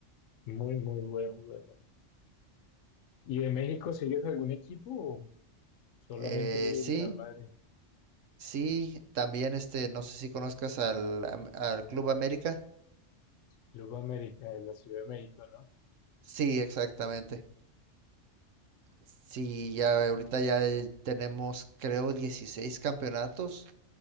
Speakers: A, on the left; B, on the right.
A: Muy, muy buen jugador. ¿Y de México sigues algún equipo? Solamente
B: Eh,
A: el
B: sí,
A: Real Madrid,
B: sí, también este, no sé si conozcas al, am- al Club América.
A: Club América de la Ciudad de México, ¿no?
B: Sí, exactamente. Sí, ya ahorita ya eh, tenemos creo 16 campeonatos.